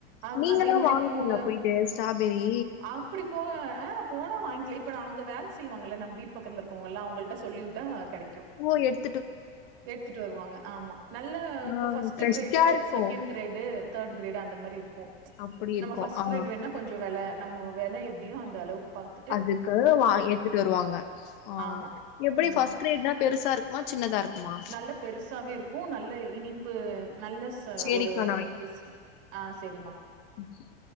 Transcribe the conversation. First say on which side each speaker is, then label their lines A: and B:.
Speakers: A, on the right; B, on the left.
A: அங்
B: நீங்களா
A: அதே மாரி
B: வாங்குறீங்ளா
A: பூவு
B: போயிட்டு ஸ்ட்ராபெரி
A: அப்டி போ அ போனா வாங்கிக்லா இப்ப நா அங்க வேல செய்வாங்கல நம்ம வீட் பக்கத்ல இருக்கவுங்கல்லா அவுங்கள்ட்ட சொல்லிவிட்டா கெடைக்கு
B: போ எடு
A: எட்த்துட்டு வருவாங்க ஆமா நல்ல
B: ஆ
A: இப்ப ஃபஸ்ட்டு
B: ஃப்ரெஷ்ஷா
A: கிரேடு ரெ
B: இருக்கு
A: செகண்ட் கிரேடு தேர்ட் கிரேடு அந்த மாரி இருக்கு
B: அப்படி இருக்கு
A: நம்ம ஃபஸ்ட்
B: ஆ
A: கிரேடு வேணுனா கொஞ்ச ச வெல நம்ம வெல எப்டியோ அந்த அளவுக்கு பாத்
B: அதுக்கு வா எட்த்துட்டு வருவாங்க ஆ
A: ஆமா
B: எப்புடி
A: ம்
B: ஃபஸ்ட் கிரேட்னா பெருசா இருக்கு குமா சின்னதா இருக்குமா
A: நல்ல பெருசாவே இருக்கு நல்ல இனிப்பு நல்ல ச
B: சேரிக்கா
A: ஒரு இனிப்பு ச ஆ சேரிம்மா
B: ம்